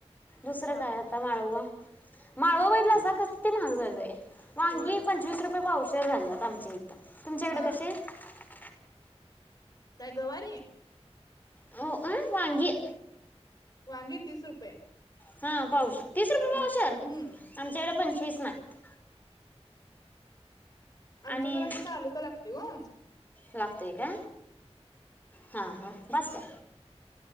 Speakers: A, on the left; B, on the left.
A: दुसरं
B: हा
A: काय आता माळवा माळवा बैला असा किती महाग झालय वांगी
B: होय
A: पंचवीस रुपये पावशर झाले आमच्या इथं तुमच्याकडे
B: हा.
A: कसे आहे
B: काय गवारी?
A: हो अं वाांगी
B: वांगी तीस रुपये
A: हा पाऊस तीस रुपये पाऊसर
B: हम्म
A: आमच्याकडे पं फच नाहीत
B: आमचा
A: आणि
B: ज आहे तालुका लागत हो
A: लागतोय का हा हा बस का